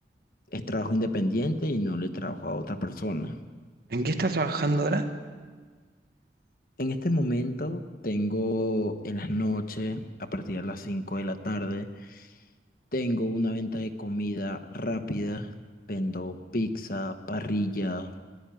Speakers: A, on the left; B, on the right.
A: es trabajo independiente y no le trabajo a otra persona.
B: ¿En qué estás trabajando ahora?
A: En este momento tengo en las noches, a partir de las 5 de la tarde, Tengo una venta de comida rápida. Vendo pizza, parrilla,